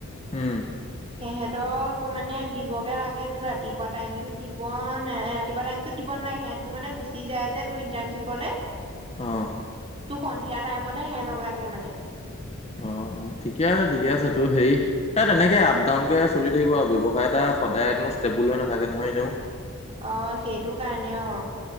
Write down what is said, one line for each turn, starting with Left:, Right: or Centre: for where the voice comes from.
Left: উম,
Right: সিহঁ তক মানে দিবগে লাগে তোৰ ৰাতিপুৱা টাইমতত দিব ন ৰাতিপুৱা টাইম দিব নালাগে সিহঁতবোৰ মানে গুচি যায় যে তোৰ ইণ্টাৰ্ণশ্বিপলে।
Left: অঁহ।
Right: তো সন্ধিয়া টাইমতে সিহঁতক লাগে মানে।
Left: অ অ ঠিকে আছে ঠিকে আছে তোৰ হেৰি এ তেনেকে আপ ডাউন কে চলি থাকিব আৰু ব্যৱসায় এটা সদায়নো ষ্টেবুল হৈ নাথাকে নহয় এনেও।
Right: অ‌ অ সেইটো কাৰণে অ